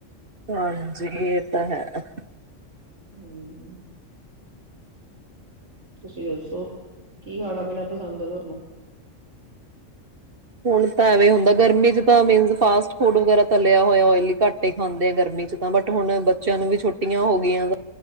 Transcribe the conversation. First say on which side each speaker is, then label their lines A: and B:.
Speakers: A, on the right; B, on the right.
A: ਹਾਂਜੀ, ਇਹ ਤਾਂ ਹੈ।
B: ਹਮ ਤੁਸੀਂ ਦੱਸੋ, ਕੀ ਖਾਣਾ ਪੀਣਾ ਪਸੰਦ ਹੈ ਤੁਹਾਨੂੰ
A: ਹੁਣ ਤਾਂ ਐ ਵੇ ਹੁੰਦਾ ਗਰਮੀ ਚ ਤਾਂ ਮੀਨਸ ਫਾਸਟ ਫੂਡ ਵਗੈਰਾ ਤਲਿਆ ਹੋਇਆ ਓਇਲੀ ਘੱਟ ਹੀ ਖਾਂਦੇ ਆ ਗਰਮੀ ਚ ਤਾਂ ਬਟ ਹੁਣ ਬੱਚਿਆਂ ਨੂੰ ਵੀ ਛੁਟੀਆਂ ਹੋ ਗਈਆਂ।